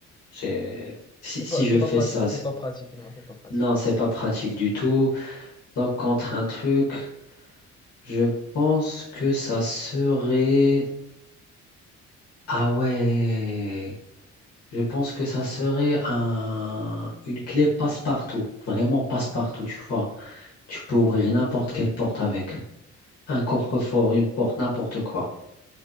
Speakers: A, on the left; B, on the left.
A: c'est... Si,
B: C'est
A: si
B: pas,
A: je
B: c'est
A: fais
B: pas pratique,
A: ça,
B: c'est
A: c'est-
B: pas pratique, non, c'est pas pratique.
A: non, c'est pas pratique du tout. Donc, contre un truc. Je pense que ça serait... Ah ouais. Je pense que ça serait un... une clé passe-partout. Vraiment passe-partout, tu vois. Tu peux ouvrir n'importe quelle porte avec. Un coffre-fort, une porte, n'importe quoi.